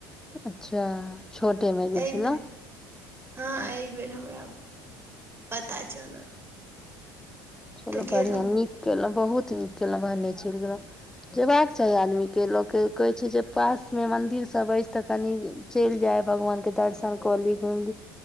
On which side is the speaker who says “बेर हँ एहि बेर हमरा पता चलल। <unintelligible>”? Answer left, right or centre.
Right